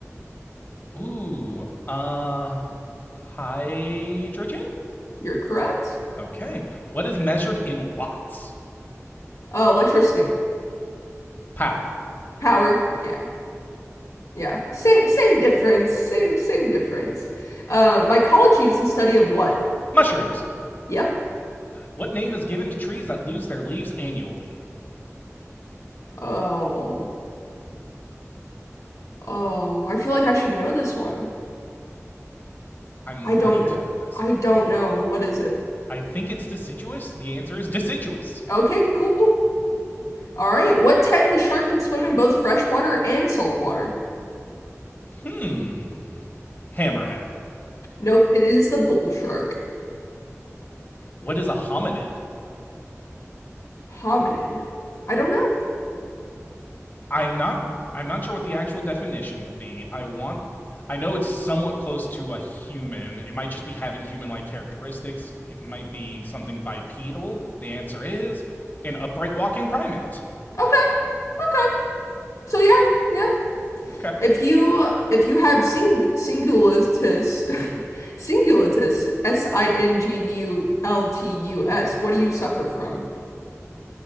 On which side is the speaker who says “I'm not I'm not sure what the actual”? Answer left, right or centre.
Left